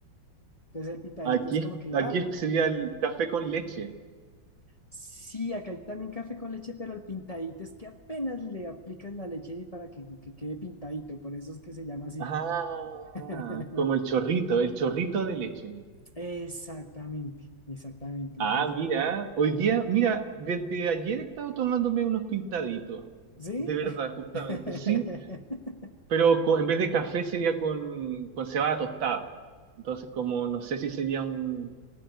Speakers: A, on the left; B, on the right.
A: Entonces el pintadito
B: aquí,
A: es
B: es-
A: como que,
B: aquí
A: ah,
B: es- sería el café con leche.
A: Sí, acá hay también café con leche, pero el pintadito es que apenas le aplicas la leche y para que, que- que quede pintadito, por eso es que se llama así.
B: Ah,
A: <laughs>
B: como el chorrito, el chorrito de leche.
A: Exactamente, exactamente.
B: Ah,
A: Entonces,
B: mira, hoy día, mira, desde ayer he estado tomándome unos pintaditos,
A: ¿sí?
B: de verdad, justamente,
A: <laughs>
B: sí, pero co- en vez de café sería con, con cebada tostada. Entonces, como no sé si sería un,